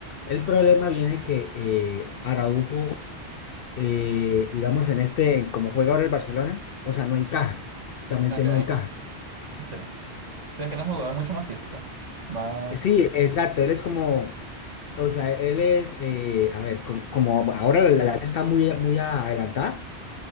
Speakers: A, on the left; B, on the right.
A: El problema viene que eh, Araujo eh, digamos, en este, como juega ahora el Barcelona, o sea, no encaja, prácticamente
B: Ok,
A: no encaja.
B: sí. Sí, es que era un jugador mucho más físico, más...
A: Eh, Sí, exacto, él es como, o sea, él es, eh, a ver, como, como ahora la la liga está muy, muy adelantada,